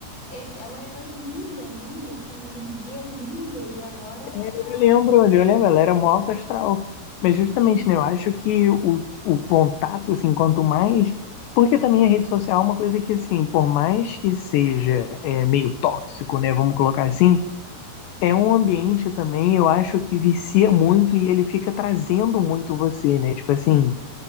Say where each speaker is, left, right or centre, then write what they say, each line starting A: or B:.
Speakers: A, on the left; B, on the left.
A: é, ela era linda, linda, tinha uma energia linda e agora ela
B: Eu
A: tá.
B: lembro, eu lembro, ela era mó alta astral. Mas justamente,
A: Sim,
B: né, eu acho que o, o contato, assim, quanto mais. Porque também a rede social é uma coisa que, assim, por mais que seja é, meio tóxico, né, vamos colocar assim, é um ambiente também, eu acho que vicia muito e ele fica trazendo muito você, né? Tipo assim.